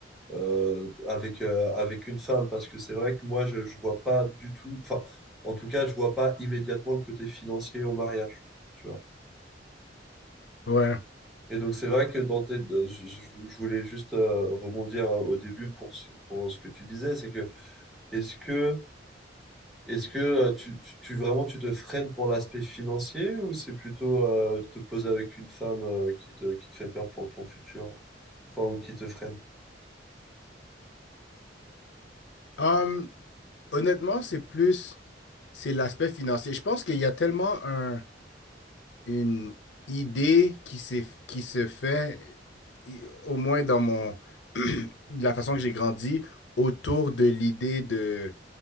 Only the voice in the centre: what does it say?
euh, avec, euh, avec une femme, parce que c'est vrai que moi, je ne vois pas du tout, enfin, en tout cas, je vois pas immédiatement le côté financier au mariage, tu vois.
Et donc, c'est vrai que dans tes, de- je, je- je voulais juste euh, rebondir euh, au début pour ce, pour ce que tu disais, c'est que est-ce que, est-ce que euh, tu, tu, tu- vraiment tu te freines pour l'aspect financier ou c'est plutôt euh, te poser avec une femme euh, qui te, qui te fait peur pour ton futur, enfin, ou qui te freine?